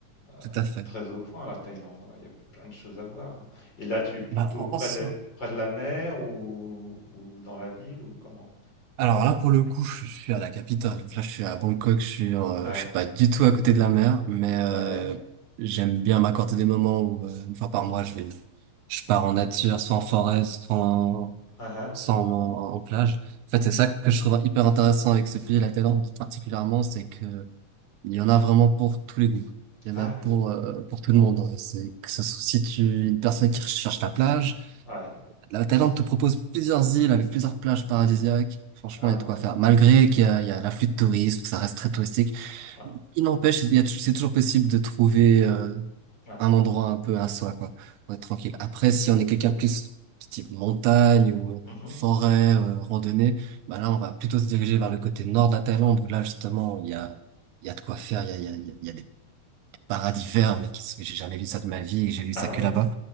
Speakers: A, on the left; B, on the right.
A: euh,
B: tout à fait.
A: très au point, la Thaïlande. ouais. Il y a plein de choses à voir. hein. Et là, tu es plutôt
B: Bah, en-
A: près
B: en soi,
A: de,
B: ouais.
A: près de la mer ou, ou dans la ville ou comment?
B: Alors là, pour le coup, je suis à la capitale. Donc là, je suis à Bangkok, je suis, en- euh,
A: Ah ouais,
B: je suis pas du tout à côté de la mer, mais euh,
A: ouais, ouais.
B: j'aime bien m'accorder des moments où, euh, une fois par mois, je vais, je pars en nature, soit en forêt, soit en
A: Ah, ah.
B: sans en, en plage. En fait, c'est ça que je trouve hyper intéressant avec ce pays, la Thaïlande particulièrement, c'est que il y en a vraiment pour tous les goûts. Il
A: Ah
B: y en a pour
A: oui,
B: euh, pour tout
A: ouais,
B: le monde. hein. C'est que ce soit si tu es une personne qui recherche la plage,
A: ouais.
B: la Thaïlande te propose plusieurs îles avec plusieurs plages paradisiaques. Franchement,
A: Ah
B: il
A: ouais,
B: y a de quoi faire. Malgré qu'il y a, il y a l'afflux de touristes, que ça reste très touristique,
A: ouais,
B: il n'empêche, il y a tou- c'est toujours possible de trouver euh,
A: ouais. ouais.
B: un endroit un peu à soi, quoi, pour être tranquille. Après, si on est quelqu'un plus type montagne ou euh,
A: Mhm.
B: forêt, euh, randonnée, bah là, on va plutôt se diriger vers le côté nord de la Thaïlande, où là, justement, il y a, il y a de quoi faire, il y a, il y a, il y a il y a des paradis verts, mais qui, sont- j'ai jamais vu ça de ma vie, et j'ai vu
A: Ah
B: ça que
A: ouais.
B: là-bas.